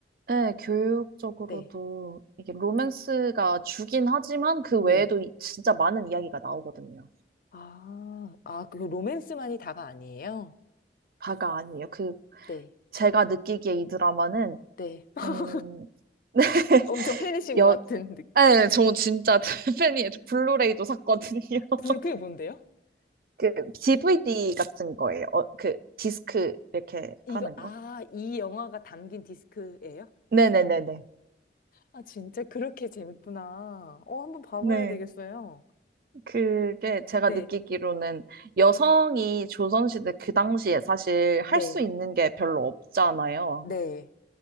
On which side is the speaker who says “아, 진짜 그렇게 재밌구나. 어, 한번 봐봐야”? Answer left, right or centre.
Left